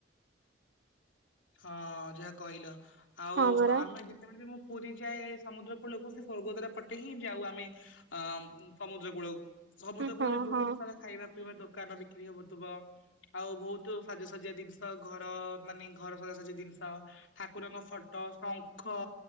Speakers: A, on the left (about 85°); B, on the right (about 70°).
A: ହଁ ଯାହା କହିଲ ଆଉ
B: ହଁ ପରା
A: ସ ଆମେ ଯେ ଳେ ବି ମୁଁ ପୁରୀ ଯାଏ ସମୁଦ୍ର କୂଳକୁ ସେ ସ୍ୱର୍ଗଦ୍ୱାରା ପଟେ ହିଁ ଯାଉ ଆମେ। ଆ ସମୁଦ୍ର କୂଳକୁ ସମୁଦ୍ର
B: ହଁ ହଁ
A: କୂଳରେ ବହୁତ
B: ହଁ
A: ସାରା ଖାଇବା ପିଇବା ଦୋକାନ ବିକ୍ରି ହବଥିବ ଆଉ ବହୁତ ସାଜସଜଆ ଜିନିଷ ଘର ମାନେ ଘର ସଜାସଜି ଜିନିଷ, ଠାକୁରଙ୍କ ଫଟୋ ଶଙ୍ଖ